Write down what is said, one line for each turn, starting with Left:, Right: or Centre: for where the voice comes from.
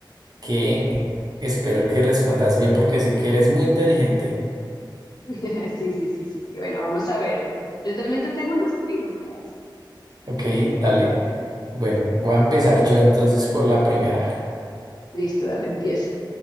Right: que espero que respondas bien porque sé que eres muy inteligente.
Left: <laughs> Sí, sí, sí, sí, sí. Bueno, vamos a ver. Yo también te tengo unos a ti, no creas.
Right: Ok, dale. Bueno, voy a empezar yo entonces por la primera.
Left: Listo, dale, empieza.